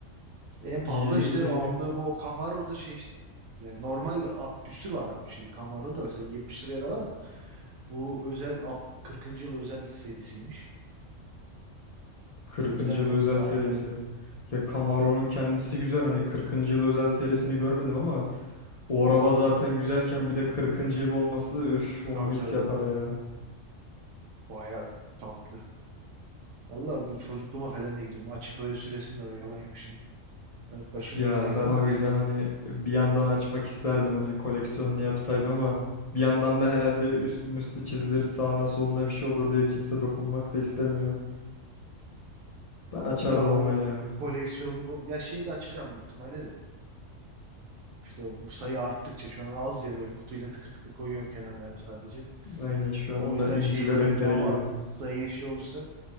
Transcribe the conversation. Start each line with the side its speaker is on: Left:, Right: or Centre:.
Right: En pahalı
Left: İyi
Right: da işte
Left: iyi
Right: aldığım
Left: iyi.
Right: o Camaro da şey işte. Yani normal 60 tür var 67 Camaro da mesela 70 liraya da var da. Bu özel alt- 40. yıl özel serisiymiş.
Left: 40.
Right: O yüzden
Left: yıl özel
Right: aynen.
Left: serisi. Ya Camaro'nun kendisi güzel hani 40. yıl özel serisini görmedim ama o araba zaten güzelken bir de 40. yıl olması üf onu
Right: Tabii
Left: mis
Right: tabii
Left: yapar
Right: o.
Left: ya.
Right: Baya tatlı. Vallahi bu çocukluğuma falan da gidiyorum. Açıp böyle süresim de var. Yalan yok şimdi. Yani kaşınmıyor
Left: Ya
Right: değilim
Left: ben
Right: ha.
Left: o
Right: Eh,
Left: yüzden hani bir yandan açmak isterdim hani koleksiyonunu yapsaydım ama bir yandan da herhalde üstüm üstü müstü çizilir sağına soluna bir şey olur diye kimse dokunmak da istemiyor. Ben açardım
Right: Ya o
Left: ama ya.
Right: koleksiyonluk ol- ya şeyi de açacağım büyük ihtimalle de. İşte bu sayı arttıkça şu an az ya böyle kutuyla tıkır tıkır koyuyorum kenarlara sadece.
Left: Aynen şu
Right: O
Left: an onlar
Right: yüzden
Left: inci
Right: şey
Left: bebeklere
Right: durmuyor ama
Left: gibi.
Right: sayı şey olursa.